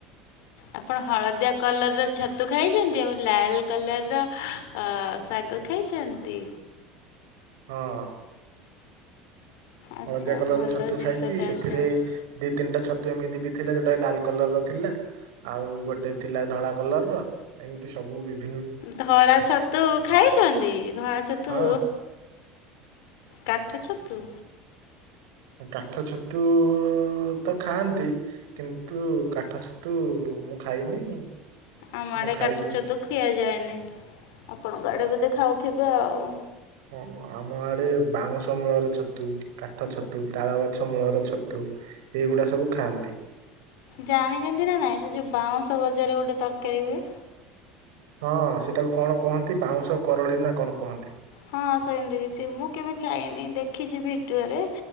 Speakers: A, on the left; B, on the right.
A: ଆପଣ ହଳଦିଆ କଲର୍ ର ଛତୁ ଖାଇଚନ୍ତି ଆଉ ଲାଲ କଲର୍ ର ଅ ଶାଗ ଖାଇଚନ୍ତି?
B: ହଁ।
A: ଆଚ୍ଛା
B: ହଳଦିଆ କଲର
A: ଭଲ
B: ଛତୁ
A: ଜିନିଷ
B: ଖାଇଚି
A: ଖାଇଛନ୍ତି
B: ସେଥିରେ ଦି ତିନିଟା ଛତୁ ଏମିତି ବି ଥିଲା ଯୋଉଟା ଲାଲ କଲର ର ଥିଲା। ଆଉ ଗୋଟେ ଥିଲା ଧଳା କଲର ର ଏମିତି ସବୁ ବିଭି
A: ଧଳା ଛତୁ ଖାଇଛନ୍ତି ଧଳା ଛତୁ
B: ହଁ
A: କାଠ ଛତୁ।
B: କାଠ ଛତୁ ତ ଖାଆନ୍ତି। କିନ୍ତୁ କାଠ ଛତୁ ମୁଁ ଖାଇନି।
A: ଆମ ଆଡେ
B: ମୁଁ ଖାଇଛି
A: କାଠ ଛତୁ ଖିଆଯାଏନି, ଆପଣଙ୍କ ଆଡେ ବୋଧେ ଖାଉଥିବେ ଆଉ।
B: ହଁ, ଆମ ଆଡେ ବାଉଁଶ ମୂଳରେ ଛତୁ କାଠ ଛତୁ, ତାଳ ଗଛ ମୂଳର ଛତୁ, ଏଇଗୁଡା ସବୁ ଖାଆନ୍ତି।
A: ଜାଣିଛନ୍ତି ନା ନାଇଁ ସେ ଯୋଉ ବାଉଁଶ ଗଜାରେ ଗୋଟେ ତରକାରୀ ହୁଏ।
B: ହଁ, ସେଟାକୁ କଣ କୁହନ୍ତି ବାଉଁଶ କରଳି ନା କଣ କୁହନ୍ତି।
A: ହଁ, ସେମିତି କିଛି ମୁଁ କେବେ ଖାଇନି, ଦେଖିଛି ଭିଡିଓରେ,